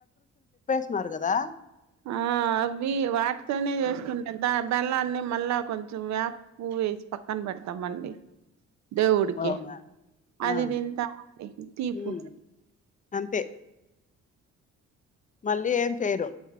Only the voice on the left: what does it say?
న్నారు కదా
అవునా ఆ
హ్మ్ అంతే మళ్ళీ ఏం చెయరు